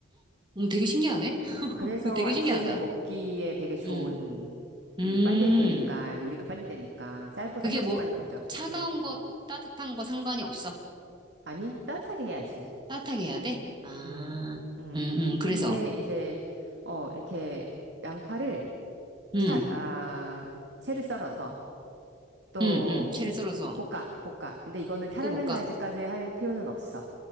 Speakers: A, on the right; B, on the right.
A: 음, 되게 신기하네.
B: 어.
A: <laughs>
B: 그래서
A: 그 되게
B: 아침에
A: 신기하다.
B: 먹기에 되게 좋은,
A: 음 음.
B: 음, 빨리 되니까, 요리가 빨리 되니까, 쌀보다
A: 그게
B: 훨씬
A: 뭐,
B: 빨리 퍼져.
A: 차가운
B: 음.
A: 거, 따뜻한 거 상관이 없어.
B: 아니, 따뜻하게 해야지.
A: 따뜻하게 해야 돼? 아,
B: 음, 음.
A: 응, 응. 그래서,
B: 근데 이제, 어, 이렇게 양파를
A: 응,
B: 차, 아, 채를 썰어서 또
A: 응, 응. 채를 썰어서
B: 볶아, 볶아. 근데 이거는 캐러멜라이즈까지
A: 또 볶아.
B: 할 필요는 없어.